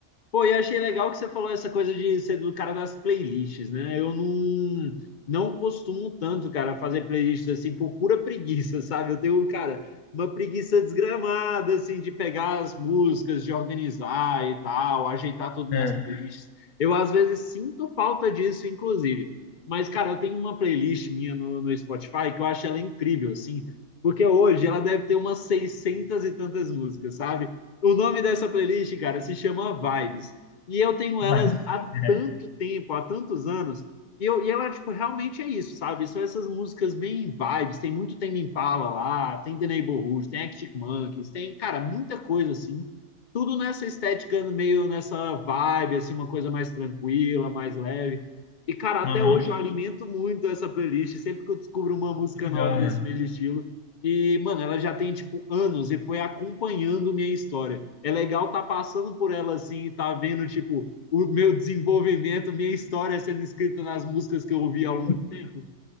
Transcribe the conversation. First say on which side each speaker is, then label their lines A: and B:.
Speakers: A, on the left (about 45°); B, on the left (about 75°).
A: Pô, e achei legal que você falou essa coisa de ser do cara das playlists, né? Eu não, não costumo tanto, cara, fazer playlists assim por pura preguiça, sabe? Eu tenho, cara, uma preguiça desgramada, assim, de pegar as músicas, de organizar e tal, ajeitar tudo nas
B: É.
A: playlists. Eu, às vezes, sinto falta disso, inclusive. Mas, cara, eu tenho uma playlist minha no, no Spotify que eu acho ela incrível, assim, porque hoje ela deve ter umas 600 e tantas músicas, sabe? O nome dessa playlist, cara, se chama Vibes. E eu tenho
B: Mas,
A: elas há
B: é.
A: tanto tempo, há tantos anos. E, eu, e ela, tipo, realmente é isso, sabe? São essas músicas bem vibes. Tem muito Tame Impala lá, tem The Neighborhood, tem Arctic Monkeys, tem, cara, muita coisa, assim. Tudo nessa estética, meio nessa vibe, assim, uma coisa mais tranquila, mais leve. E, cara, até
B: Aham,
A: hoje eu alimento muito essa playlist. Sempre que eu descubro uma música
B: Legal,
A: nova nesse
B: mano.
A: mesmo estilo, e, mano, ela já tem, tipo, anos e foi acompanhando minha história. É legal tá passando por ela, assim, e tá vendo, tipo, o meu desenvolvimento, minha história sendo escrita nas músicas que eu ouvi ao longo do tempo.